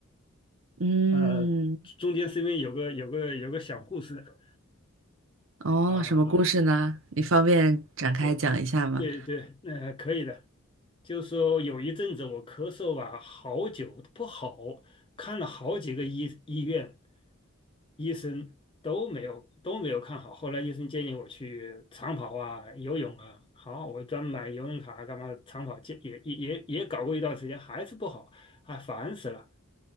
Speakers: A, on the right; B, on the left.
A: 嗯，
B: 呃，中间是因为有个有个有个小故事
A: 哦，
B: 啊，
A: 什么故事呢？你方便展开讲一下吗？
B: 对对对，呃，可以的。就说有一阵子我咳嗽吧，好久不好，看了好几个医医院，医生都没有都没有看好。后来医生建议我去长跑啊、游泳啊。好，我专门买游泳卡干嘛？长跑健也也也也搞过一段时间，还是不好，啊，烦死了